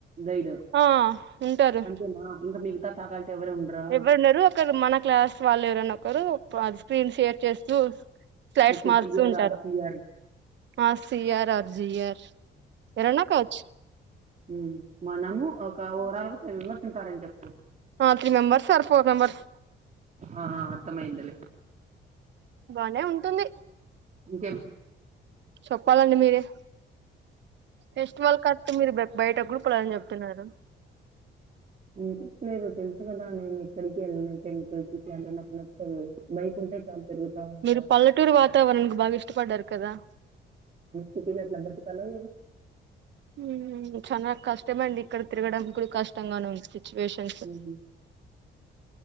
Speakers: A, on the right; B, on the right.
A: గైడ్
B: ఆ ఉంటారు
A: అంతేనా ఇంకా మిగతా ఫ్యాకల్టీ ఎవరే ఉండరా
B: ఎవరున్నారు ఒకక్కరు మన క్లాస్ వాళ్ళు ఎవరన్నా ఒకరు వాల్ స్క్రీన్ షేర్ చేస్తూ ఫ్లాట్స్
A: ఓకే
B: మారుస్తూ
A: సిఆర్
B: ఉంటారు
A: ఆర్ సిఆర్
B: ఆ C R or G R అ యోరన్నా కావచ్చు
A: మ్మ్ మనము ఒక ఓరాల్ గా విమర్శించస్తారని చెప్పు
B: ఆ three members or four members
A: ఆ ఆ, అర్థమైందిలే
B: బానే ఉంటుంది
A: ఇంకేం
B: చెప్పాలండి మీరే ఫెస్టివల్ కత్తే మీరు బయట గూడపోరు అని చెప్తున్నారు.
A: ఇంటకెస్ట్ లేదు తెలుసు కదా నేను ఎక్కడికి వెళ్ళిన టెంపుల్స్ ఇట్లాంటే నాకు నచ్చవు బైక్ ఉంటే చాలా తిరుగుతా ఉంటా
B: మీరు పల్లెటూరు వాతావరణనికి బాగా ఇష్టపడ్డారు కదా
A: సిటీల ఎట్లా బతుకలో
B: మ్మ్ చాన కష్టమండి ఇక్కడ తిరగడం కూడా కష్టంగానే ఉంది సిచువేషన్స్
A: ఉమ్,